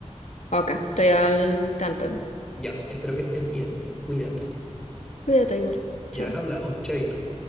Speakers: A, on the left (about 80°); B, in the centre.
A: Ok, estoy al tanto.
B: Ya, espero que estés bien. Cuídate.
A: Cuídate igual.
B: Ya
A: Chao.
B: hablamos, chaito.